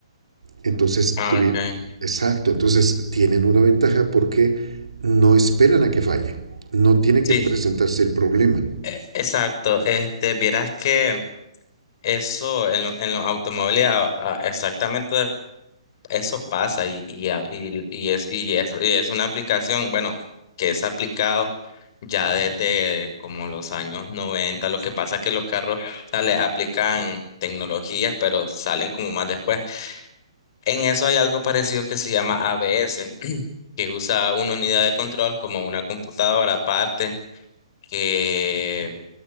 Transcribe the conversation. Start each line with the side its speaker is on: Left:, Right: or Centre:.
Right: Entonces,
Left: Ah,
Right: tuvi-
Left: Okay.
Right: exacto, entonces tienen una ventaja porque no esperan a que falle, no tiene que
Left: Sí,
Right: presentarse el problema.
Left: e- exacto. Este, vieras que eso en, lo- en los automóviles a- a- exactamente Eso pasa y, y, a- y- y es, y, es, y es una aplicación, bueno, que es aplicado ya desde como los años noventa Lo que pasa es que los carros, o sea, le aplican tecnologías, pero salen como más después. En eso hay algo parecido que se llama ABS, <clears throat> que usa una unidad de control como una computadora aparte que,